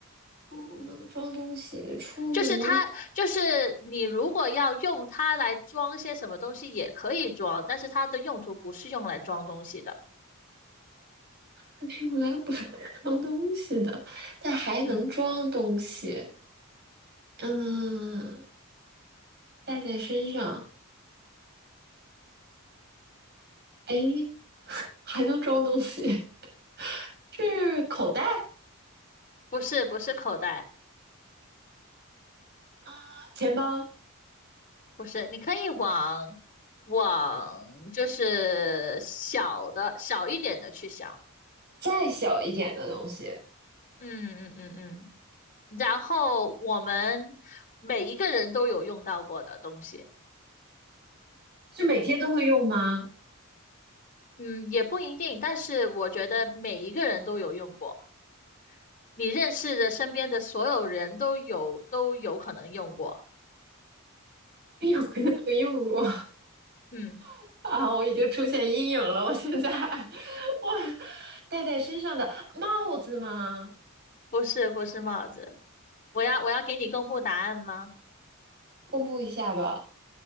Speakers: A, on the right; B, on the left.
A: 不能装东西，出门
B: 就是它，就是你如果要用它来装些什么东西也可以装，但是它的用途不是用来装东西的，
A: 但是用来不是 <laughs> 装东西的，但还能装东西，
B: 嗯，
A: 嗯，带在身上，哎，<laughs> 还能装东西，<laughs> 是口袋
B: 不是不是口袋。
A: 啊，钱包，
B: 不是，你可以往往就是小的小一点的去想，
A: 再小一点的东西，
B: 嗯嗯嗯嗯然后我们每一个人都有用到过的东西，
A: 是每天都会用吗？
B: 嗯，也不一定，但是我觉得每一个人都有用过，你认识的身边的所有人都有都有可能用过，
A: <laughs> 每天都会用过，
B: 嗯，
A: <laughs> 啊，我已经出现阴影了，我现在 <laughs> 我戴在身上的帽子吗？
B: 不是不是帽子，我要我要给你公布答案吗？
A: 公布一下吧。